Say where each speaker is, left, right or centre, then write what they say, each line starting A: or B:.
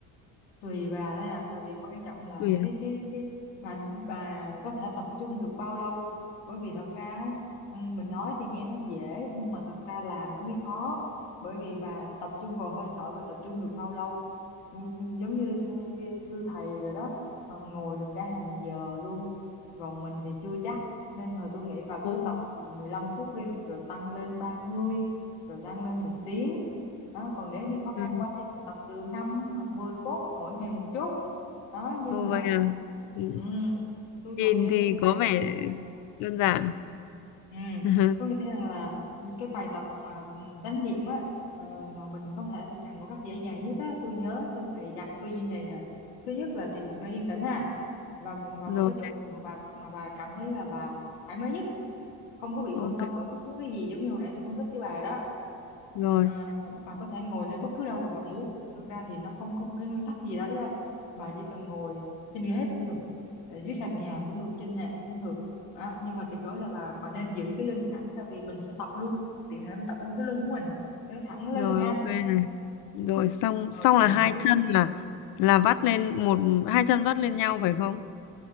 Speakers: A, on the left (about 85°); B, on the left (about 65°).
A: tùy bà đấy à tại vì quan trọng là
B: Ui,
A: cái cái cái bà bà có thể tập trung được bao lâu bởi vì thật ra ấy, ừ, mình nói thì nghe nó dễ nhưng mà thật ra làm nó mới khó bởi vì bà tập trung vào hơi thở bà tập trung được bao lâu Ừ, giống như sư, sư thầy rồi đó họ ngồi được cả hàng giờ luôn còn mình thì chưa chắc nên thôi tôi nghĩ bà cứ
B: Ồ,
A: tập từ 15 phút đi rồi tăng lên 30 rồi tăng lên một tiếng đó còn nếu như khó
B: ừ,
A: khăn quá thì mình tập từ 5 hoặc 10 phút mỗi ngày một chút đó nhưng
B: ồ
A: mà
B: vậy à. Ừ,
A: ừm, tôi
B: Nhìn
A: còn nghe
B: thì
A: thưa thầy
B: có vẻ
A: à,
B: đơn giản.
A: ừm,
B: <laughs>
A: có nghĩa rằng là cái bài tập mà ừm, chánh niệm á ờ, mà mình có thể thực hành một cách dễ dàng nhất á tôi nhớ sư thầy dặn tôi như vậy nè thứ nhất là tìm một nơi yên tĩnh ha và và
B: Rồi,
A: một cái chỗ ngồi mà bà mà bà cảm thấy là bà thoải mái nhất không có bị
B: ok.
A: phân tâm bởi bất cứ cái gì giống như hồi nãy tôi phân tích với bà đó
B: Rồi,
A: Ờ, bà có thể ngồi lên bất cứ đâu mà bà muốn thật ra thì nó không có một cái nguyên tắc gì đó đâu bà chỉ cần ngồi trên ghế cũng được ờ, dưới sàn nhà cũng được trên nệm cũng được Đó, nhưng mà tuyệt đối là bà bà nên giữ cái lưng thẳng tại vì mình sẽ tập luôn tiện thể mình tập luôn cái lưng của mình cho nó thẳng cái
B: rồi
A: lưng ha
B: ok này. Rồi xong
A: rồi
B: xong là
A: à,
B: hai
A: bước
B: chân là là vắt lên một hai chân vắt lên nhau phải không?